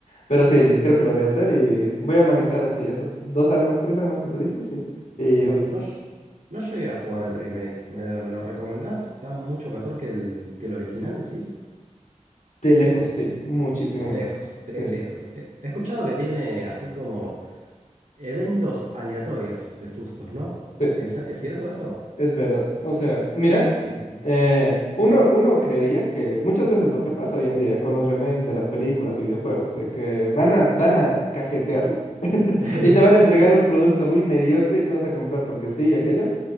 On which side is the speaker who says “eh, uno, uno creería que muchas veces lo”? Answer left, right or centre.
Left